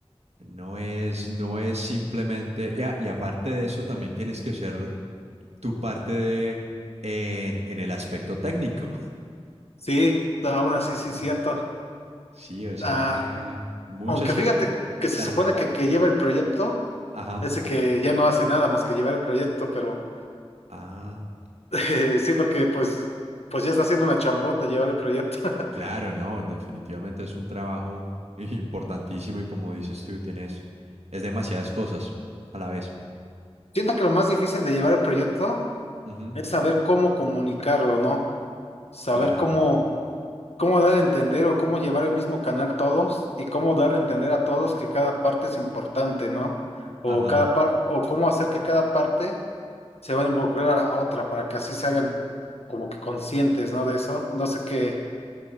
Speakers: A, on the right; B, on the left.
A: No es, no es simplemente, y a- y aparte de eso, también tienes que ser tu parte de, en, en el aspecto técnico.
B: Sí, aún así sí,
A: Ya.
B: cierto.
A: Sí, o sea
B: Ah,
A: que muchas...
B: Aunque fíjate que se
A: Dale.
B: supone que, que lleva el proyecto,
A: Ajá.
B: ese que ya no hace nada más que llevar el proyecto, pero
A: Ah,
B: <laughs> eh, sí, porque pues, pues ya está haciendo una chambota llevar el proyecto. <laughs>
A: claro, no, definitivamente es un trabajo <laughs> importantísimo y como dices tú, tienes... Es demasiadas cosas a la vez.
B: Siento que lo más difícil de llevar el proyecto
A: Ujú,
B: es saber cómo comunicarlo, ¿no? Saber
A: Claro.
B: cómo, cómo dar a entender o cómo llevar el mismo canal todos y cómo dar a entender a todos que cada parte es importante, ¿no? O
A: Ajá.
B: cada par- o cómo hacer que cada parte se va a involucrar a la otra para que así se hagan como que conscientes, ¿no? De eso. No sé qué.